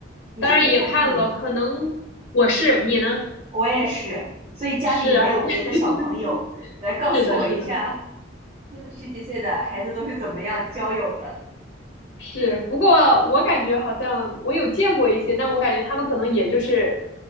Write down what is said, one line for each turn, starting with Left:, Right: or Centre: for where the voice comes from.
Right: 你是独生女吗？
Left: 当然也看了，可能我是你呢？
Right: 我也是，所以家里没有别的小朋友来告诉我一下，
Left: 是啊。<laughs> 是的，是的，
Right: 现在十几岁的孩子都是怎么样交友的？
Left: 是。不过我感觉好像我有见过一些，但我感觉他们可能也就是，